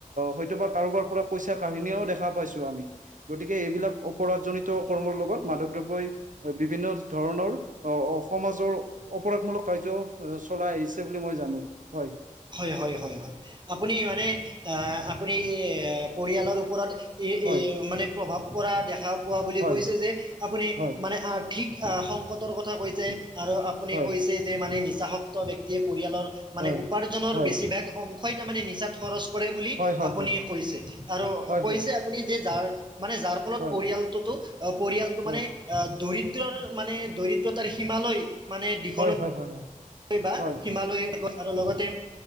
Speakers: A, on the right (about 70°); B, on the right (about 35°).
A: হয়তোবা কাৰোবাৰ পৰা পইচা কাহিনীও দেখা পাইছো আমি গতিকে এইবিলাক অপৰাধজনিত কৰ্মৰ লগত মাধকদ্ৰৱই বিভিন্ন ধৰণৰ আহ সমাজৰ অপৰাধমূলক কাৰ্য চলাই আহিছে বুলি মই জানো হয়
B: হয় হয় হয় আপুনি মানে আপুনি পৰিয়ালৰ ওপৰত
A: হয়
B: মানে প্ৰভাৱ পৰা দেখা পোৱা বুলি
A: হয়
B: কৈছে যে আপুনি
A: হয়,
B: মানে আৰ্থিক সংকটৰ কথা কৈছে আৰু আপুনি
A: হয়,
B: কৈছে যে মানে নিচা শক্ত ব্যক্তিয়ে পৰিয়ালৰ মানে
A: হয়,
B: উপাৰ্জনৰ
A: হয়,
B: বেছিভাগ অংশই তাৰ মানে নিজাত খৰচ কৰে বুলি
A: হয়, হয়,
B: আপুনি
A: হয়,
B: কৈছে আৰু
A: হয়,
B: কৈছে আপুনি যে যাৰ মানে যাৰ
A: হয়,
B: ফলত পৰিয়ালটোতো পৰিয়ালটো
A: হয়,
B: মানে দৰিদ্ৰৰ মানে দৰিদ্ৰতাৰ সীমালৈ মানে দিশলৈ
A: হয় হয় হয় হয়
B: বা
A: হয়।
B: হিমালয় গৈ আৰু লগতে।